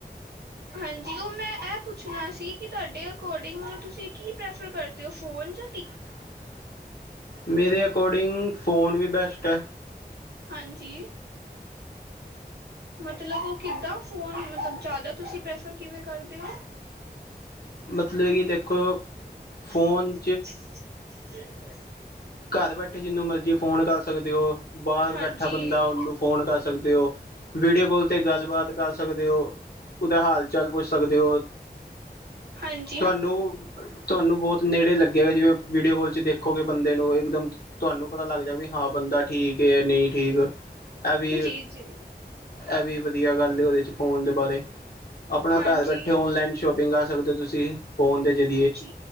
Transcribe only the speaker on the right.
ਹਾਂਜੀ ਔ ਮੈਂ ਐ ਪੁੱਛਣਾ ਸੀ ਕਿ ਤੁਆਡੇ ਅਕੋਰਡਿੰਗ ਮਤਲਬ ਤੁਸੀ ਕੀ ਪ੍ਰੈਫਰ ਕਰਦੇ ਔ ਫੋਨ 'ਚ?
ਹਾਂਜੀ। ਮਤਲਬ ਔ ਕਿੱਦਾਂ ਫੋਨ ਮਤਲਬ ਜ਼ਿਆਦਾ ਤੁਸੀ ਪ੍ਰੈਫਰ ਕਿਵੇਂ ਕਰਦੇ ਔ?
<unintelligible>
ਹਾਂਜੀ,
ਜੀ
ਹਾਂਜ
ਜੀ ਜੀ
ਹਾਂਜੀ
ਜੀ,